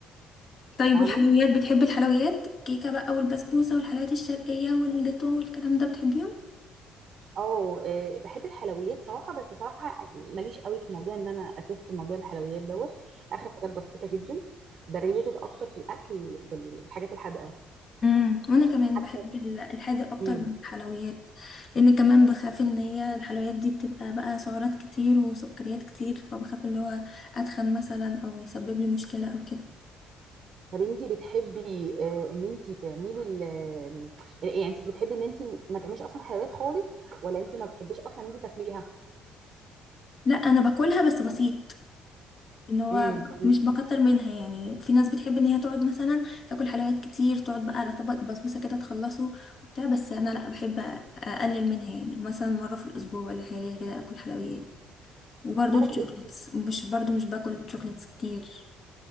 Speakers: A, on the left; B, on the right.
A: طيب
B: فاهمه
A: والحلويات بتحبي الحلويات الكيكة بقى والبسبوسة والحلويات الشرقية والجاتو والكلام ده بتحبيهم
B: اه آه، بحب الحلويات صراحه بس صراحه ماليش قوي في موضوع ان انا اتست موضوع الحلويات دوت اخر حاجات بسيطه جدا بريليتد اكتر في الاكل بال- بالحاجات الحادقه
A: امم وانا كمان
B: حتى
A: بحب ال- الحادق اكتر
B: مم.
A: من الحلويات لان كمان بخاف ان هي الحلويات دي بتبقى بقى سعرات كتير وسكريات كتير فبخاف اللي هو اتخن مثلا او يسبب لي مشكلة او كده
B: طب انتي بتحبي آه، ان انتي تعملي ال آه، يعني انتي بتحبي ان انتي ما تعمليش اصلا حلويات خالص ولا انتي ما بتحبيش اصلا ان انتي تاكليها
A: لا انا باكلها بس بسيط ان هو
B: امم تمام
A: مش بكتر منها يعني في ناس بتحب ان هي تقعد مثلا تاكل حلويات كتير تقعد بقى على طبق بسبوسه كده تخلصه وبتاع بس انا لا بحب اقلل منها يعني مثلا مره في الاسبوع ولا حاجه كده اكل حلويات وبرضه
B: مره
A: الشوكليتس
B: في الاسبوع
A: مش برضه مش باكل شوكليتس كتير